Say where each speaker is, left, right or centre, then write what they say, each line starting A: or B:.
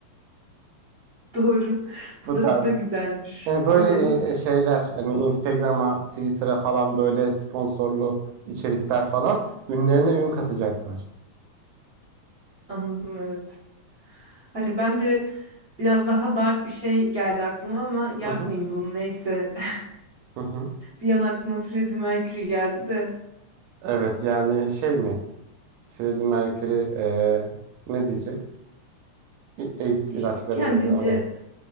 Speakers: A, on the right (about 35°); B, on the right (about 80°).
A: doğru.
B: Bu
A: Bu da
B: tarz.
A: bu da güzelmiş.
B: Yani
A: Anladım,
B: böyle e, e, şeyler hani Instagram'a, Twitter'a falan böyle sponsorlu içerikler falan ünlerine ün katacaklar.
A: anladım evet. Hani ben de biraz daha dark bir şey geldi aklıma ama yapmayayım
B: Hı hı,
A: bunu neyse. <laughs>
B: hı hı.
A: Bir an aklıma Freddie Mercury geldi de
B: Evet yani şey mi? Freddie Mercury e, ne diyecek? "A- AIDS
A: işte
B: ilaçlarımızı
A: kendince
B: alalım.